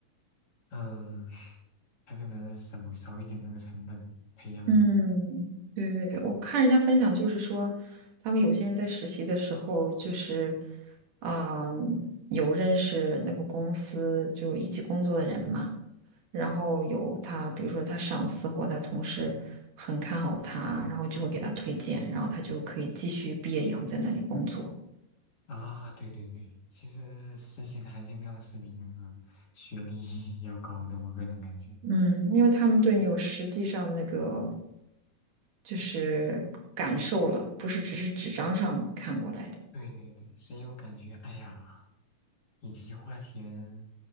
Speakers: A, on the left; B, on the right.
A: 嗯、<laughs> 他就能少少一点那个成本培养你
B: 嗯，对对，我看人家分享就是说，他们有些人在实习的时候，就是啊、有认识那个公司就一起工作的人嘛，然后有他，比如说他上司或他同事很看好他，然后就会给他推荐，然后他就可以继续毕业以后在那里工作。
A: 啊。对对对，其实实习的含金量是比那个学历 <laughs> 要高的，我个人感觉。
B: 嗯，因为他们对你有实际上那个
A: 哎。
B: 就是感受了，不是只是纸张上看过来的。
A: 对对对，所以我感觉，哎呀，与其花钱